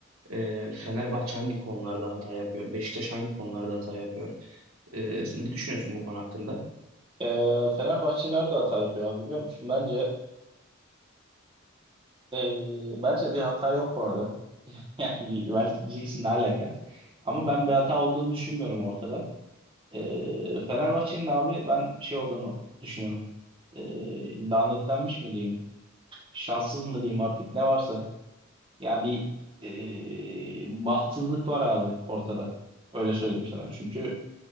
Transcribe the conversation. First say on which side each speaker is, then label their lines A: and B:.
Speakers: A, on the right; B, on the right.
A: e, Fenerbahçe hangi konularda hata yapıyor? Beşiktaş hangi konularda hata yapıyor? E, sen ne düşünüyorsun bu konu hakkında?
B: Ee, Fenerbahçe nerede hata yapıyor abi biliyor musun? Bence ee, bence bir hata yok bu arada. <laughs> Yani belki diyeceksin ne alaka. Ama ben bir hata olduğunu düşünmüyorum ortada. Ee, Fenerbahçe'nin abi ben şey olduğunu düşünüyorum. Ee, lanetlenmiş mi diyeyim? Şanssız mı diyeyim artık ne varsa. Ya bir ee, bahtsızlık var abi ortada. Öyle söyleyeyim sana. Çünkü